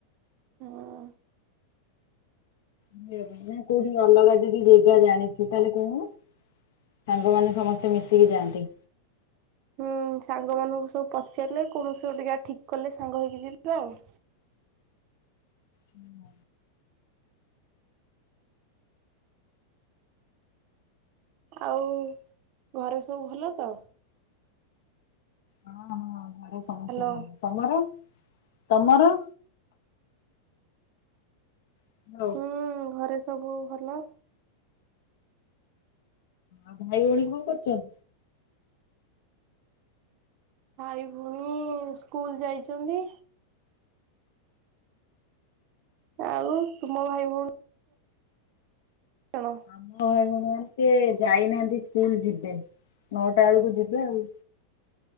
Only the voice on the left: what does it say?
<inaudible> ନା କୋଉଠି ଅଲଗା ଯଦି ଜେଗା ଜାଣିଛୁ ତାହେଲେ କହୁନୁ। ସାଙ୍ଗମାନେ ସମସ୍ତେ ମିଶିକି ଯାଆନ୍ତି।
ହୁଁ।
ହଁ-ହଁ ଘରେ ସମସ୍ତେ
ଭଲ, ତମର ତମର? ହଁ।
ଆଉ ଭାଇ ଭଉଣୀ କଣ କରୁଚନ୍ତି?
ଆମ ଭାଇ ଭଉଣୀମାନେ ସେ ଯାଇନାହାନ୍ତି ସ୍କୁଲ ଯିବେ, ନଅଟା ବେଳକୁ ଯିବେ ଆଉ।